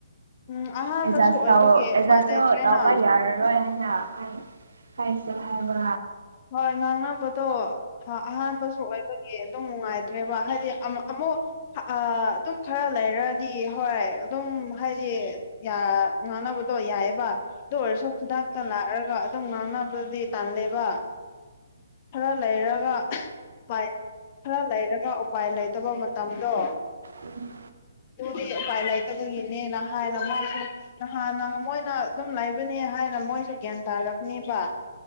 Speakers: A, on the left (about 35°); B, on the right (about 85°).
A: ꯎꯝ ꯑꯍꯥꯟꯕꯁꯨ
B: ꯑꯦꯠꯖꯁ
A: ꯑꯣꯏꯕꯒꯤ
B: ꯇꯧ ꯑꯦꯠꯖꯁꯁꯨ
A: ꯎꯄꯥꯏ ꯂꯩꯇ꯭ꯔꯦꯅ
B: ꯇꯧꯕ ꯌꯥꯔꯔꯣꯏ ꯍꯥꯏ ꯍꯥꯏꯁꯦ ꯍꯥꯏꯕ
A: ꯍꯣꯏ ꯉꯥꯡꯅꯕꯗꯣ ꯑꯍꯥꯟꯕꯁꯨ ꯑꯣꯏꯕꯒꯤ ꯑꯗꯨꯝ ꯅꯨꯡꯉꯥꯏꯇ꯭ꯔꯦꯕ ꯍꯥꯏꯗꯤ ꯑꯃꯨꯛ ꯑꯗꯨꯝ ꯈꯔ ꯂꯩꯔꯗꯤ ꯍꯣꯏ ꯑꯗꯨꯝ ꯍꯥꯏꯗꯤ ꯌꯥ ꯉꯥꯡꯅꯕꯗꯣ ꯌꯥꯏꯑꯦꯕ ꯑꯗꯨ ꯑꯣꯏꯔꯁꯨ ꯈꯨꯗꯛꯇ ꯂꯥꯛꯑꯒ ꯑꯗꯨꯝ ꯉꯥꯡꯅꯕꯗꯤ ꯇꯜꯂꯦꯕ ꯈꯔ ꯂꯩꯔꯒ ꯎꯄꯥꯢ ꯈꯔ ꯂꯩꯔꯒ ꯎꯄꯥꯏ ꯂꯩꯇꯕ ꯃꯇꯝꯗꯣ
B: ꯎꯝ
A: ꯑꯗꯨꯒꯤ ꯎꯄꯥꯏ ꯂꯩꯇꯕꯒꯤꯅꯦꯅ ꯍꯥꯏꯅ ꯃꯥꯁꯨ ꯅꯍꯥꯟꯅ ꯃꯣꯏꯅ ꯑꯗꯨꯝ ꯂꯩꯕꯅꯦ ꯍꯥꯏꯅ ꯑꯗꯨꯅ ꯃꯣꯏꯁꯨ ꯒ꯭ꯌꯥꯟ ꯇꯥꯔꯕꯅꯦꯕ